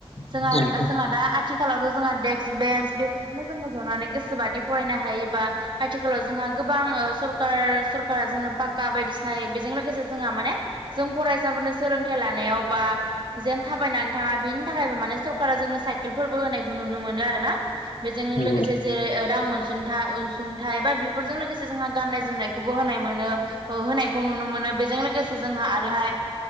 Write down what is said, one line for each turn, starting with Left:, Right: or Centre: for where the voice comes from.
Right: जोंहा
Left: औ औ
Right: जोंहा दा आथिखालावथ' जोंहा डेक्स बेन्स बेफोरावनो जोङो जनानै गोसोबादि फरायनो हायोबा आथिखालाव जोंहा गोबां सरखार सरकारा जोंनो पाक्का बायदिसिना बेजों लोगोसे जोंहा माने जों फरायसाफोरनो सोलोंथाइ लानायाव बा जेन थाबायनानै थाङा बेनि थाखायबो माने सरकारा जोंनो साइकेलफोरबो होनायखौ नुनो मोनो आरोना। बेजों लोगोसे
Left: औ नंगौ औ नंगौ
Right: जेरै रां अनसुंथाइ अनसुंथाइ बा बेफोरजों लोगोसे जोंहा गाननाय जोमनायखौबो होनाय मोनो। होनायखौ नुनो मोनो। बेजों लोगोसे जोंहा आरोहाय